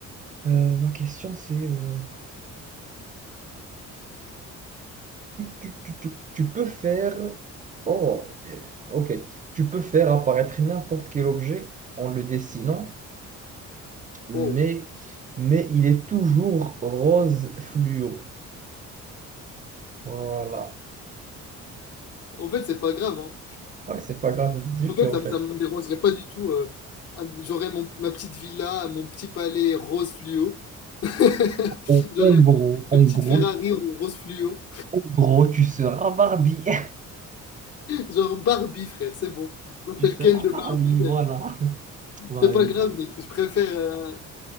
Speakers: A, on the right; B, on the left.
A: Euh, ma question, c'est... euh, tu tu peux faire... Oh, mais- ok. Tu peux faire apparaître n'importe quel objet en le dessinant, mais,
B: Oh.
A: mais il est toujours rose fluo. Voilà.
B: En fait, c'est pas grave, hein.
A: Ouais, c'est pas grave du
B: En
A: tout,
B: fait,
A: en
B: ça,
A: fait.
B: me- ça me dérangerait pas du tout. euh, ah, J'aurais mon- ma petite villa, mon petit palais rose fluo. <laughs>
A: En
B: J'aurais
A: en
B: une
A: gros, en
B: petite
A: gros,
B: Ferrari en rose fluo.
A: en gros, tu seras Barbie. <laughs>
B: Genre Barbie, frère, c'est bon. Je m'appelle
A: Tu seras
B: Ken de
A: Barbie,
B: Barbie.
A: voilà.
B: euh,
A: <laughs> Barbie.
B: C'est pas grave, mais je préfère... euh,